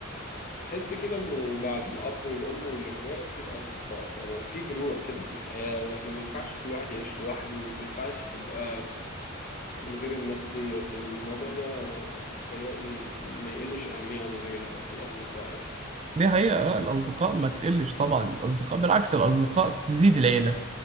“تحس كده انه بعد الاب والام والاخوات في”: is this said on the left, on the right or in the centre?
Left